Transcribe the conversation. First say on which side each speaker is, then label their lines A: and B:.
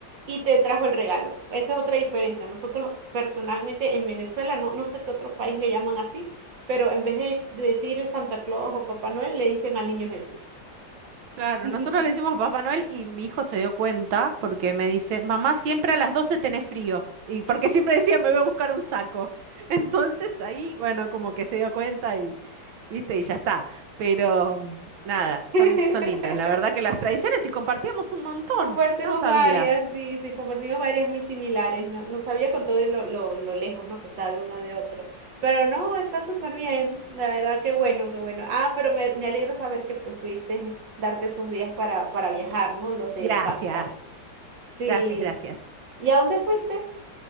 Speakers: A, on the right; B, on the right.
A: y te trajo el regalo. Esa es otra diferencia. Nosotros personalmente en Venezuela, no, no sé qué otro país le llaman así, pero en vez de de decir Santa Claus o Papá Noel, le dicen al niño Jesús.
B: Claro,
A: <laughs>
B: nosotros le decimos Papá Noel y mi hijo se dio cuenta porque me dice, mamá, siempre a las 12 tenés frío. Y porque siempre decía, me voy a buscar un saco. <laughs> Entonces ahí, bueno, como que se dio cuenta y, ¿viste? y ya está. Pero mm, nada, son,
A: <laughs>
B: son lindas. La verdad que las tradiciones y compartíamos un montón.
A: Compartimos
B: Yo no sabía.
A: varias, sí, sí, compartimos varias muy similares. No, no sabía con todo y lo, lo, lo lejos, ¿no? Que está de uno de otro. Pero no, está súper bien. La verdad, qué bueno, qué bueno. Ah, pero me, me alegra saber que pues, pudiste darte esos días para, para viajar, ¿no? Los de
B: Gracias,
A: Pascua. Sí.
B: gracias, gracias.
A: ¿Y a dónde fuiste?